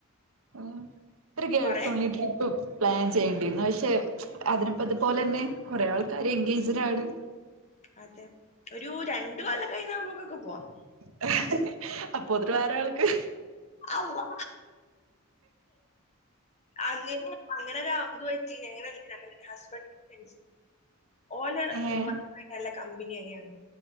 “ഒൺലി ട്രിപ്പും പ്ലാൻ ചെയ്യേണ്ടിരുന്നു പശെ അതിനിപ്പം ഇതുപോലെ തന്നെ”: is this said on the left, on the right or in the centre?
Right